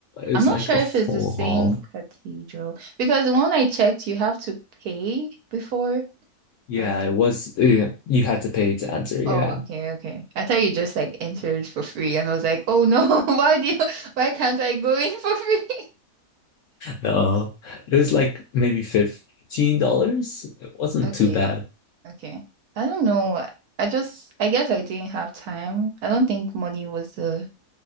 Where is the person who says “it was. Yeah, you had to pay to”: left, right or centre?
Left